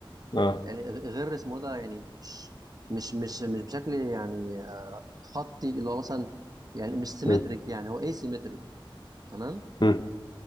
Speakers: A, on the left (about 55°); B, on the right (about 45°).
A: اه
B: يعني غ- غير اسمه ده يعني مش مش مش مش بشكل يعني آه، خطي اللي هو مثلا يعني مش سيمتريك
A: مم.
B: يعني هو اي سيمتريك تمام
A: مم.